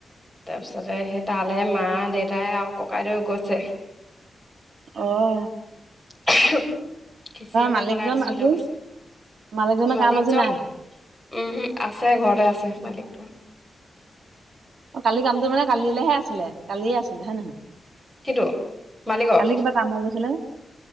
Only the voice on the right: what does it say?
অহ।
মালিকজন
আজি
মালিকজনৰ
কাম আজি নাই
অ কালি কামটো মানে কালিলৈহে আছিলে কালিয়ে আছিলে হয় নহয়?
কালি কিবা কামত গৈছিলে।